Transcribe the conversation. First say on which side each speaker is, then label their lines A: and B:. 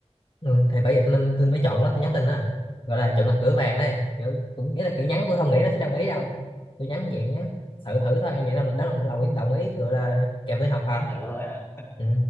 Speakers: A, on the left (about 45°); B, on the left (about 20°).
A: ừ, thì bởi vậy tôi nên tôi
B: ừ,
A: mới chọn
B: xong rồi sao
A: nó
B: nữa
A: tôi nhắn
B: không
A: tin á gọi là chọn mặt cửa vàng đây kiểu cũng ý là kiểu nhắn tôi không nghĩ
B: ừ,
A: nó sẽ
B: xong
A: đồng
B: rồi
A: ý đâu tôi nhắn dạng nhắn thử thử thôi em nghĩ là mình đó là mình đồng ý đồng ý gọi là kèm tôi học thật
B: anh thử thôi à
A: ừ.